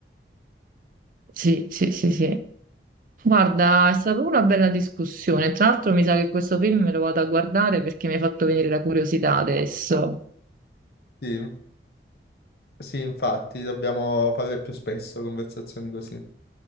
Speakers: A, on the right; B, on the left.
A: Sì, sì, sì, sì. Guarda, è stata una bella discussione. Tra l'altro mi sa che questo film me lo vado a guardare perché mi ha fatto venire la curiosità adesso.
B: Sì, sì, infatti, dobbiamo fare più spesso conversazioni così.